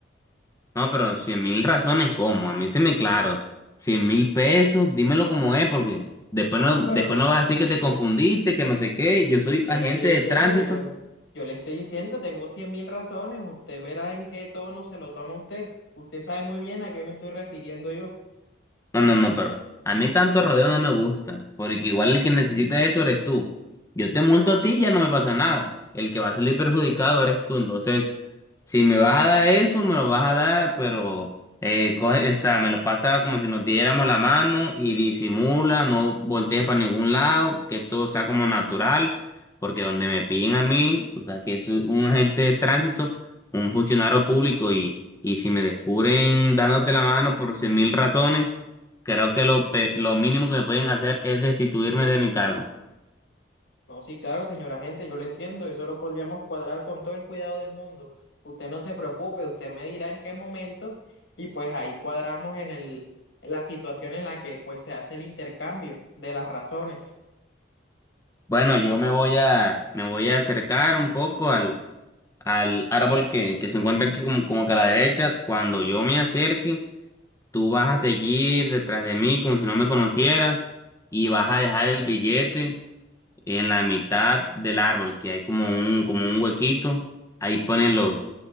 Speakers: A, on the left; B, on the left.
A: no, pero cien mil razones, ¿cómo? A mí se me claro, cien mil pesos, dímelo como es, porque después
B: No,
A: no, después
B: pero
A: no vas a decir que te confundiste, que no sé qué, yo soy
B: yo
A: agente
B: le estoy
A: de
B: diciendo,
A: tránsito
B: yo, yo le estoy diciendo, tengo cien mil razones, usted verá en qué tono se lo toma usted. Usted sabe muy bien a qué me estoy refiriendo yo.
A: No, no, no, pero a mí tanto rodeo no me gusta, porque igual el que necesita eso eres tú. Yo te monto a ti y ya no me pasa nada. El que va a salir perjudicado eres tú. Entonces, si me vas a dar eso, me lo vas a dar, pero eh, coge- o sea, me lo pasa como si nos diéramos la mano y disimula, no voltees para ningún lado, que todo sea como natural, porque donde me piden a mí, o sea, que es un agente de tránsito, un funcionario público y, y si me descubren dándote la mano por cien mil razones, Creo que lo, pe- lo mínimo que me pueden hacer es destituirme de mi cargo.
B: No, sí, claro, señora gente, yo lo entiendo, eso lo podríamos cuadrar con todo el cuidado del mundo. Usted no se preocupe, usted me dirá en qué momento y pues ahí cuadramos en el, en la situación en la que pues se hace el intercambio de las razones.
A: Bueno, yo me voy a, me voy a acercar un poco al, al árbol que, que se encuentra aquí como, como que a la derecha. Cuando yo me acerque, tú vas a seguir detrás de mí como si no me conocieras y vas a dejar el billete en la mitad del árbol, que hay como un, como un huequito. Ahí ponen los,